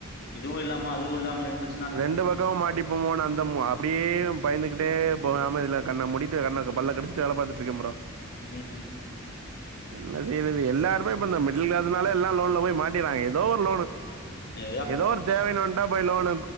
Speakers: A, on the left (about 50°); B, on the right (about 80°).
A: இதுவு இல்லாம அதுவு இல்லாம நிண்டு
B: ரெண்டு பக்கோ மாட்டிப் போமுன்னு அந்த மு அப்டியே பயந்துக்கிட்டே போகாம இல்ல கண்ண மூடிட்டு கண்ண பல்ல கடிச்சுட்டு வேல பாத்துட்ருக்கே ப்ரோ
A: ம்
B: என்ன செய்றது எல்லாருமே இப்ப இந்த மிடில் கிளாஸ்னால எல்லா லோன்ல போய் மாட்டிறாங்க ஏதோ ஒரு லோனு
A: எ
B: ஏதோ ஒரு தேவைணு வந்ட்டா போய் லோனு